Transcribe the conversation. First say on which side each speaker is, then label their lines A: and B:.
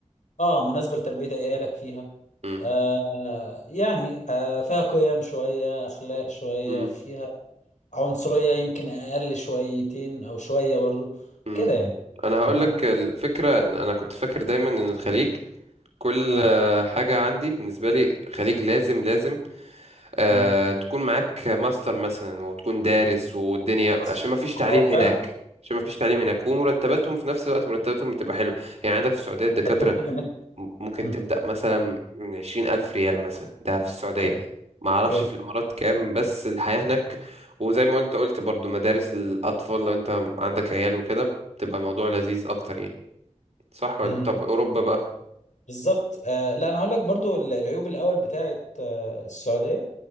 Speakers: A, on the left; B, on the right.
A: اه مناسبه لتربيه عيالك فيها
B: امم
A: آه يعني آه فيها قيم شوية أخلاق شوية
B: امم
A: فيها عنصرية يمكن أقل شويتين أو شوية برضو
B: امم
A: كده يعني
B: انا هقول
A: تمام
B: لك الفكره انا كنت فاكر دايما ان الخليج كل
A: اه
B: آه، حاجه عندي بالنسبه لي خليج لازم لازم آه
A: أمم.
B: تكون معاك ماستر مثلا وتكون دارس والدنيا
A: بس
B: عشان ما فيش تعليم
A: هو
B: هناك
A: فعلا
B: عشان ما فيش تعليم هناك ومرتباتهم في نفس الوقت مرتباتهم بتبقى حلوه يعني عندك في السعوديه الدكاتره
A: تقصد إنك
B: م- ممكن
A: أمم.
B: تبدأ مثلا من عشرين ألف ريال مثلا ده في السعودية
A: اوكي
B: ما أعرفش
A: اوكي
B: في الإمارات كام بس الحياة هناك وزي ما أنت قلت برضو مدارس الأطفال لو أنت عندك عيال وكده بتبقى الموضوع لذيذ أكتر يعني صح ولا
A: أمم.
B: طب أوروبا بقى
A: بالظبط آه لا أنا هقول لك برضو ال- العيوب الأول بتاعت آه السعودية